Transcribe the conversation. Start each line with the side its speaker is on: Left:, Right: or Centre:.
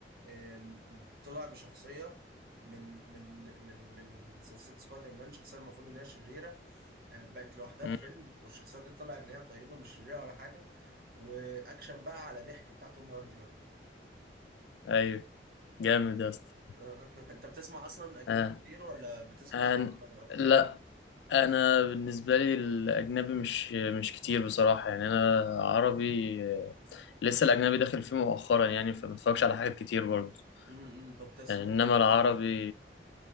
Right: آم، طلع بشخصية من من من من سلسلة سبايدر مان شخصية المفروض إن هي شريرة آه، بقت لوحدها
Left: مم.
Right: في فيلم والشخصية دي طلع إن هي طيبة مش شريرة ولا حاجة وأكشن بقى على ضحك بتاع توم هاردي بقى
Left: ايوه جامد يا اسطى
Right: آه، <laughs> أنت بتسمع أصلا أجنبي
Left: آه.
Right: كتير ولا بتسمع
Left: أنا...
Right: عربي أكتر؟
Left: لا انا بالنسبه لي الاجنبي مش مش كتير بصراحه يعني انا عربي آه، لسه الاجنبي داخل فيه مؤخرا يعني فما اتفرجش على حاجات كتير برضه
Right: امم طب أنت سمعت
Left: يعني انما
Right: إيه في
Left: العربي
Right: الأجنبي؟